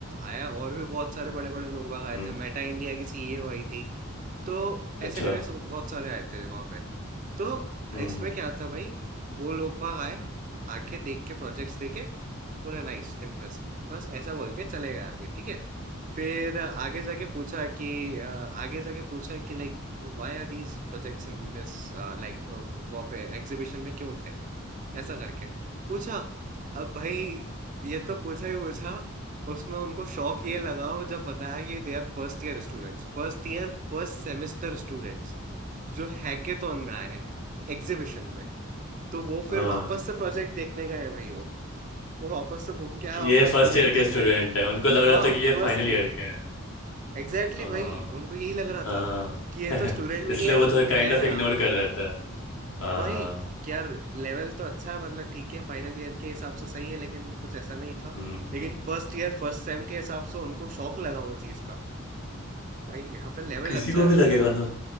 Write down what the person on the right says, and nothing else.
आया और भी बहुत सारे बड़े बड़े लोग वहाँ आए
थे मेटा इंडिया की सीईओ आई थी तो
ऐसे करके सब- बहुत सारे आए थे वहाँ पे तो
इसमें
क्या था भाई वो लोग बाग आए आके देख के प्रोजेक्ट्स देखे बोला नाइस इम्प्रेसिव बस ऐसा बोल के चले गए आगे ठीक है फिर आगे जाके पूछा कि अ, आगे जाके पूछा कि like why are these projects in this like वो पे एग्जीबिशन में क्यों थे ऐसा करके पूछा अब भाई ये तो पूछा ही पूछा उसमें उनको शौक ये लगा वो जब बताया कि they are first year students first year first semester students जो हैकेथॉन में आए हैं एग्जीबिशन में तो वो
फिर वापस से प्रोजेक्ट देखने गए हैं भाई वो वो वापस से घूम के आया
वापस
प्रोजेक्ट
देख
रहे हैं
हाँ
फर्स्ट
ईयर
एग्जैक्टली
भाई उनको यही लग रहा
था कि ये
तो स्टूडेंट भी
नहीं है
तो
वो
है
यार
वही कि यार लेवल तो अच्छा है मतलब ठीक है फाइनल ईयर के हिसाब से सही है लेकिन कुछ ऐसा नहीं था
लेकिन
फर्स्ट ईयर फर्स्ट सेम के हिसाब से उनको शौक लगा वो चीज का भाई यहाँ पे लेवल
अच्छा
है
वैसे